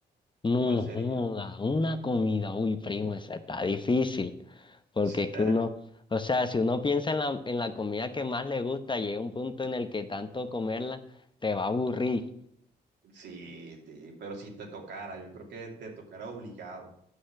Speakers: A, on the left; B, on the right.
A: No
B: ¿cuál sería?
A: joda, una comida, uy, primo, esa está difícil. Porque
B: <laughs>
A: es que uno, o sea, si uno piensa en la, en la comida que más le gusta, llega un punto en el que tanto comerla te va a aburrir.
B: Sí, sí, pero si te tocara, yo creo que te tocara obligado.